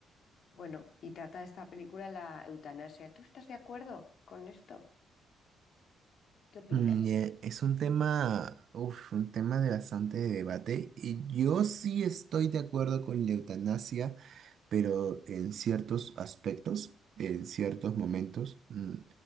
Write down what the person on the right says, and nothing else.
Mm, eh, es un tema, uf, un tema de bastante debate y yo sí estoy de acuerdo con la eutanasia, pero en ciertos aspectos, en ciertos momentos. mm,